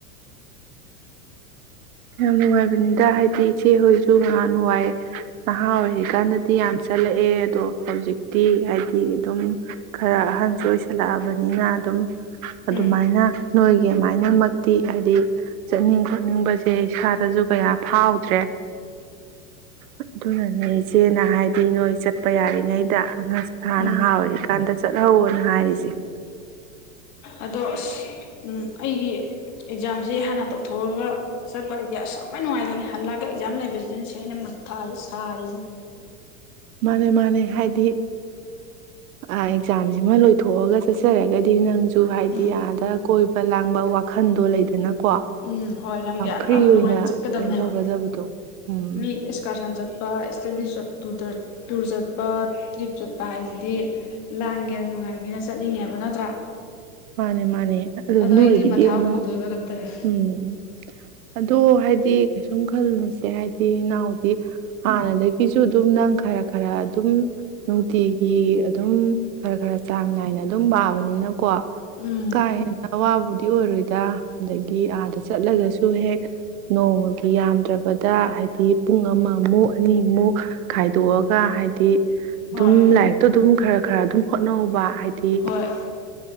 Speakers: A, on the right (about 75°); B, on the left (about 40°).
A: ꯌꯥꯝ ꯅꯨꯡꯉꯥꯏꯕꯅꯤꯗ ꯍꯥꯏꯗꯤ ꯏꯆꯦ ꯍꯣꯏꯁꯨ ꯅꯍꯥꯟ ꯋꯥꯏ ꯅꯍꯥ ꯑꯣꯏꯔꯤꯀꯥꯟꯗꯗꯤ ꯌꯥꯝ ꯆꯠꯂꯛꯑꯦ ꯑꯗꯣ ꯍꯧꯖꯤꯛꯇꯤ ꯍꯥꯏꯗꯤ ꯑꯗꯨꯝ ꯈꯔ ꯑꯍꯟꯁꯨ ꯑꯣꯏꯁꯜꯂꯛꯑꯕꯅꯤꯅ ꯑꯗꯨꯝ ꯑꯗꯨꯃꯥꯏꯅ
B: ꯎꯝ
A: ꯅꯣꯏꯒꯤ ꯑꯗꯨꯃꯥꯏꯅꯃꯛꯇꯤ ꯍꯥꯏꯗꯤ ꯆꯠꯅꯤꯡ ꯈꯣꯠꯅꯤꯡꯕꯁꯦ ꯏꯆꯦ ꯏꯁꯥꯗꯁꯨ ꯀꯌꯥ ꯐꯥꯎꯗ꯭ꯔꯦ ꯑꯗꯨꯅꯅꯦ ꯏꯆꯦꯅ ꯍꯥꯏꯗꯤ ꯅꯣꯏ ꯆꯠꯄ ꯌꯥꯔꯤꯉꯩꯗ ꯑꯉꯥꯡ ꯁꯥꯅꯍꯥ
B: ꯎꯝ
A: ꯑꯣꯏꯔꯤꯀꯥꯟꯗ ꯆꯠꯍꯧꯅ ꯍꯥꯏꯔꯤꯁꯦ
B: ꯑꯗꯣ ꯑꯁ ꯑꯩꯒꯤ ꯑꯦꯛꯖꯥꯝꯁꯦ ꯍꯥꯟꯅ ꯇꯧꯊꯣꯛꯑꯒ ꯆꯠꯄ ꯍꯥꯏꯗꯤ ꯑꯁꯉꯥꯏ ꯅꯨꯡꯉꯥꯏꯇꯅꯤ ꯍꯜꯂꯛꯑꯒ ꯑꯦꯛꯖꯥꯝ ꯂꯩꯕꯁꯤꯗꯅꯤ ꯁꯤ ꯑꯩꯅ ꯊꯥꯗ ꯑꯥꯔ
A: ꯃꯥꯅꯦ ꯃꯥꯅꯦ ꯍꯥꯏꯗꯤ ꯑꯦꯛꯖꯥꯝꯁꯤꯃ ꯂꯣꯏꯊꯣꯛꯑꯒ ꯆꯠꯆꯔꯒꯗꯤ ꯅꯪꯁꯨ ꯍꯥꯏꯗꯤ
B: ꯎꯝ
A: ꯑꯥꯗ ꯀꯣꯏꯕ ꯂꯥꯡꯕ ꯋꯥꯈꯜꯗꯣ ꯂꯩꯗꯅꯀꯣ
B: ꯎꯝ ꯍꯣꯏ ꯌꯥꯝ ꯒ꯭ꯌꯥꯟ
A: ꯐ꯭ꯔꯤ
B: ꯇꯥꯅ
A: ꯑꯣꯏꯅ
B: ꯅꯨꯡꯉꯥꯏꯅ ꯆꯠꯀꯗꯕꯅꯦꯕ
A: ꯀꯩꯅꯣ ꯇꯧꯒꯗꯕꯗꯣ ꯎꯝ
B: ꯃꯤ ꯑꯦꯛꯁꯀꯥꯔꯁꯟ ꯆꯠꯄ ꯏꯁꯇꯗꯤ ꯆꯠꯇꯨꯗ ꯇꯨꯔ ꯆꯠꯄ ꯇ꯭ꯔꯤꯞ ꯆꯠꯄ ꯍꯥꯏꯁꯤꯗꯤ ꯂꯥꯟꯒꯦꯅ ꯅꯨꯡꯉꯥꯏꯒꯦꯅ ꯆꯠꯅꯤꯡꯉꯦꯕ ꯅꯠꯇ꯭ꯔꯥ
A: ꯃꯥꯅꯦ ꯃꯥꯅꯦ ꯑꯗꯨ
B: ꯑꯗꯣ
A: ꯅꯣꯏꯒꯤꯗꯤ
B: ꯑꯩꯗꯤ ꯃꯊꯥ
A: ꯑꯃꯨꯛ
B: ꯄꯨꯗꯣꯏꯕ ꯀꯩꯅꯣ ꯇꯧꯋꯦ
A: ꯎꯝ ꯑꯣ ꯍꯥꯏꯗꯤ ꯑ ꯁꯨꯝ ꯈꯜꯂꯂꯨꯁꯦ ꯍꯥꯏꯗꯤ ꯏꯅꯥꯍꯎꯗꯤ ꯍꯥꯟꯅꯗꯒꯤ ꯐꯁꯨ ꯑꯗꯨꯝ ꯅꯪ ꯈꯔ ꯈꯔ ꯑꯗꯨꯝ ꯅꯨꯡꯇꯤꯒꯤ ꯑꯗꯨꯝ ꯈꯔ ꯈꯔ ꯆꯥꯡ ꯅꯥꯏꯅ ꯑꯗꯨꯝ ꯄꯥꯕꯅꯤꯅꯀꯣ
B: ꯎꯝ
A: ꯀꯥꯏ ꯑꯋꯥꯕꯨꯗꯤ ꯑꯣꯏꯔꯣꯏꯗ ꯑꯗꯒꯤ ꯑꯥꯗ ꯆꯠꯂꯒꯁꯨ ꯍꯦꯛ ꯅꯣꯡꯃꯒꯤ ꯌꯥꯝꯗ꯭ꯔꯕꯗ ꯍꯥꯏꯗꯤ ꯄꯨꯡ ꯑꯃꯃꯨꯛ ꯑꯅꯤꯃꯨꯛ ꯈꯥꯏꯗꯣꯛꯑꯒ ꯍꯥꯏꯗꯤ ꯑꯗꯨꯝ
B: ꯍꯣꯏ
A: ꯂꯥꯏꯔꯤꯛꯇꯣ ꯑꯗꯨꯝ ꯈꯔ ꯈꯔ ꯑꯗꯨꯝ ꯍꯣꯠꯅꯧꯕ ꯍꯥꯏꯗꯤ
B: ꯍꯣꯏ